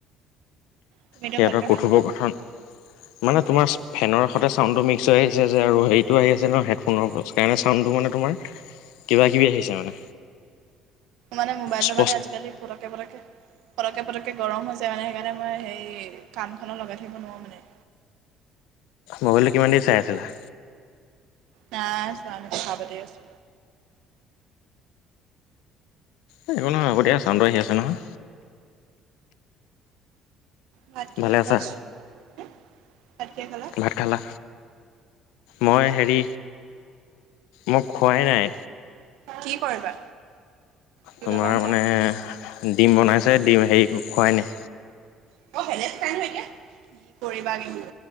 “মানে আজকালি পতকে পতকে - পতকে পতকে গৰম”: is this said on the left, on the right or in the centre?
Right